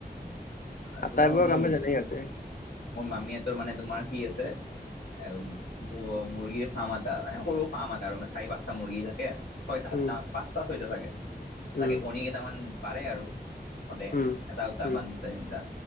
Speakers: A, on the left; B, on the left.
A: আৰু
B: আটাইবোৰ
A: তোমাৰ মোৰ
B: কামে জানে সিহঁতে
A: মোৰ মামীহতৰ মানে তোমাৰ কি আছে। এ মুৰ্গীৰ ফাৰ্ম এটা সৰু ফাৰ্ম এটা আৰু চাৰি পাঁচটা মুৰ্গী থাকে। ছয়টা সাতটা
B: উম
A: মান পাঁচটা ছয়টা চাগে
B: উম
A: তাকে কণী কেইটামান পাৰে আৰু সদায়।
B: উম
A: এটাওত
B: উম
A: বান্ধতা তিটা